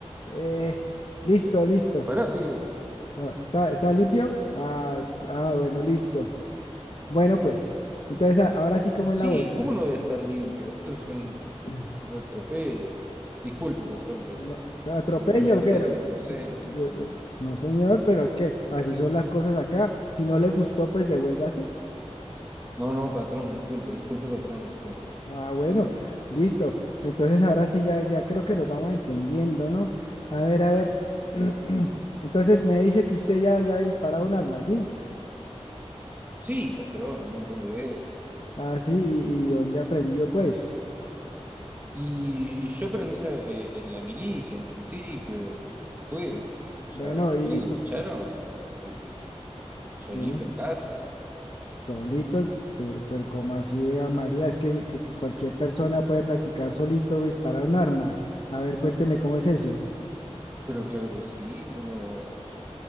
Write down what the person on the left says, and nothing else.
Eh, listo, listo.
Ah, ¿Está, está limpio? Ah, ah, bueno, listo. Bueno, pues. Entonces, a- ahora sí, cómo
es la vuelta?
<clears throat>
No, atropello,
pero.
pues, eh, eh, No, señor, pero es que así son las cosas acá. Si no le gustó, pues devuélvase.
Ah, bueno, listo. Entonces ahora sí ya, ya creo que nos vamos entendiendo, ¿no? A ver, a ver. <clears throat> Entonces me dice que usted ya, ya ha disparado un arma, ¿sí?
Ah, sí, ¿y, y dónde aprendió, pues?
Bueno,
y, y
cu-
sí,
solito, en- pero, pero como así, a María, es que, que- que cualquier persona puede practicar solito disparar un arma. A ver, cuénteme cómo es eso.